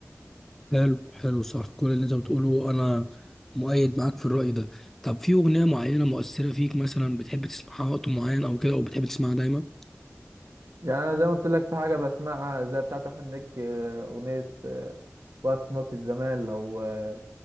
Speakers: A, in the centre; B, on the right.
A: حلو حلو صح كل اللي أنت بتقوله أنا مؤيد معاك في الرأي ده طب في أغنية معينة مؤثرة فيك مثلا بتحب تسمعها وقت معين أو كده أو بتحب تسمعها دايما؟
B: يعني أنا زي ما قلت لك في حاجة بسمعها زي بتاعة أحمد مكي آه، أغنية آه، واقف في ناصية زمان لو آه،